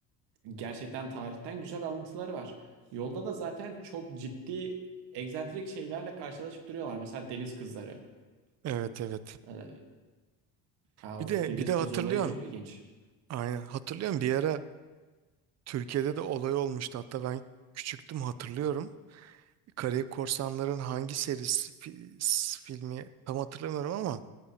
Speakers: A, on the right; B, on the right.
A: gerçekten tarihten güzel alıntıları var. Yolda da zaten çok ciddi egzantrik şeylerle karşılaşıp duruyorlar. Mesela deniz kızları.
B: Evet evet.
A: Ee, ya
B: Bir
A: o
B: de
A: deniz
B: bir de hatırlıyorsun.
A: kızı olayı çok ilginç.
B: Aynen. Hatırlıyorum bir ara Türkiye'de de olay olmuştu. Hatta ben küçüktüm hatırlıyorum. Karayip Korsanların hangi serisi fi- s- filmi tam hatırlamıyorum ama